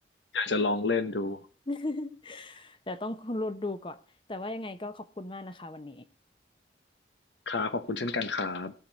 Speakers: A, on the left; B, on the left.
A: อยากจะลองเล่นดู
B: <laughs> เดี๋ยวต้อง <laughs> รุดดูก่อนแต่ว่ายังไงก็ขอบคุณมากนะคะวันนี้
A: ครับขอบคุณเช่นกันครับ